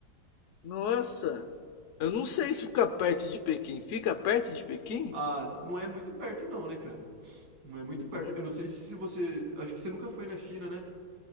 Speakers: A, on the left; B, on the right.
A: Nossa! Eu não sei se fica perto de Pequim. Fica perto de Pequim?
B: Ah, não é muito perto não, né, cara? Não é muito
A: Uhum.
B: perto. Eu não sei se você... Acho que você nunca foi na China, né?